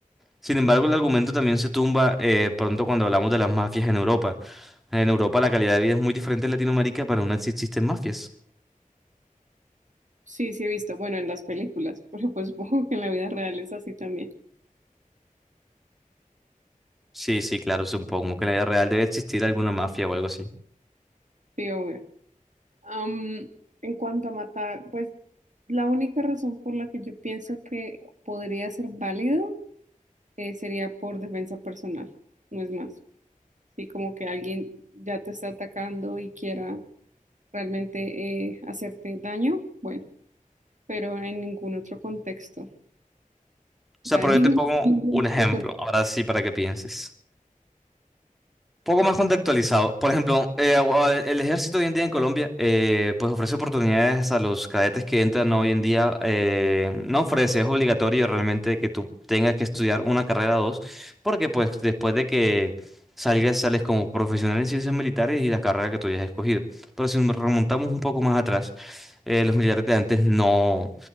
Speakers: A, in the centre; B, on the right (about 60°).
A: Sin embargo, el argumento también se tumba eh, pronto cuando hablamos de las mafias en Europa. En Europa la calidad de vida es muy diferente en Latinoamérica, pero aún así existen mafias.
B: Sí, sí he visto, bueno, en las películas, <laughs> pero pues supongo que en la vida real es así también.
A: Sí, sí, claro, supongo que en la vida real debe existir alguna mafia o algo así. O
B: Sí, obvio. Am, en cuanto a matar, pues la única razón por la que yo pienso que podría ser válido eh, sería por defensa personal, no es más. Sí, como que alguien ya te está atacando y quiera realmente eh, hacerte daño, bueno, pero en ningún otro contexto.
A: sea,
B: O sea,
A: pero
B: en
A: yo
B: ningún,
A: te pongo
B: <laughs> ningún
A: un ejemplo,
B: otro contexto.
A: ahora sí, para que pienses. poco más contextualizado. Por ejemplo, eh, agua- el ejército hoy en día en Colombia eh, pues ofrece oportunidades a los cadetes que entran hoy en día. eh, no ofrece, es obligatorio realmente que tú tengas que estudiar una carrera o dos, porque pues después de que salgas sales como profesional en ciencias militares y la carrera que tú hayas escogido. Pero si nos remontamos un poco más atrás, eh, los militares de antes no...